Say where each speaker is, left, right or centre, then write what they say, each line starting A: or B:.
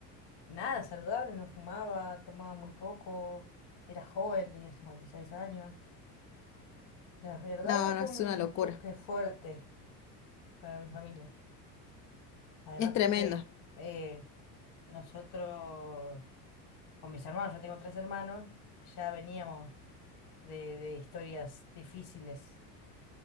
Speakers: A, on the left; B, on the left.
A: Nada, saludable, no fumaba, tomaba muy poco, era joven, tenía 56 años. La verdad
B: No,
A: que fue
B: no, es
A: un
B: una locura.
A: choque fuerte para mi familia. Además
B: Es tremendo.
A: porque eh, nosotros, con mis hermanos, yo tengo tres hermanos, ya veníamos de, de historias difíciles.